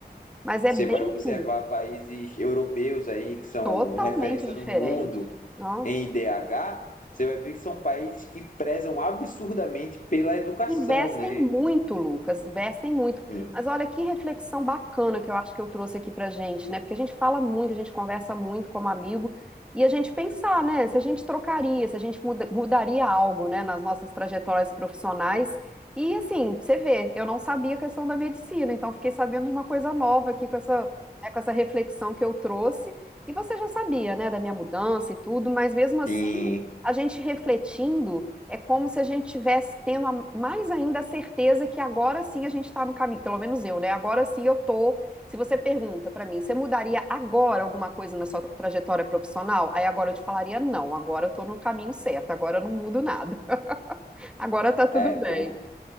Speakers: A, in the centre; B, on the left.
A: Mas é
B: você
A: bem
B: vai observar
A: ruim,
B: países europeus aí que são
A: totalmente
B: referência
A: diferente.
B: no mundo,
A: Nossa.
B: em IDH, você vai ver que são países que prezam absurdamente pela educação,
A: Investem
B: né?
A: muito, Lucas, investem muito.
B: Sim.
A: Mas olha que reflexão bacana que eu acho que eu trouxe aqui pra gente, né? Porque a gente fala muito, a gente conversa muito como amigo, e a gente pensar, né? Se a gente trocaria, se a gente muda- mudaria algo, né, nas nossas trajetórias profissionais. E assim, você vê, eu não sabia a questão da medicina, então fiquei sabendo de uma coisa nova aqui com essa, né, com essa reflexão que eu trouxe. E você já sabia, né, da minha mudança e tudo, mas mesmo assim,
B: Sim.
A: a gente refletindo é como se a gente tivesse tendo a- mais ainda a certeza que agora sim a gente está no caminho, pelo menos eu, né? Agora sim eu tô. Se você pergunta pra mim, você mudaria agora alguma coisa na sua trajetória profissional? Aí agora eu te falaria, não, agora eu tô no caminho certo, agora eu não mudo nada. <laughs> Agora tá tudo
B: É,
A: bem.
B: bom.